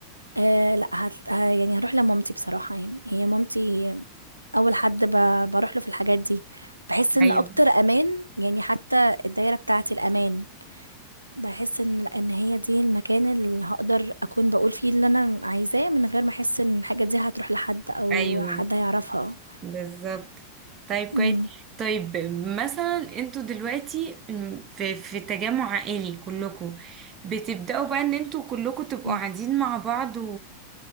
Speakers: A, on the right; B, on the right.
A: آه لا هت... ه- يعني هروح لمامتي بصراحه يعني هي مامتي اول حد ب... بروح له في الحاجات دي بحس ان
B: ايوه
A: اكتر امان يعني حتى الدايره بتاعتي الامان بحس ان ان هي دي المكان اللي هقدر اكون بقول فيه اللي انا عايزاه من غير ما احس ان الحاجه دي هتروح لحد او
B: ايوه
A: حد هيعرفها
B: بالظبط طيب كويس
A: امم
B: طيب مثلا انتوا دلوقتي م- في في تجمع عائلي كلكم بتبدأوا بقى ان انتوا كلكم تبقوا
A: مم.
B: قاعدين مع بعض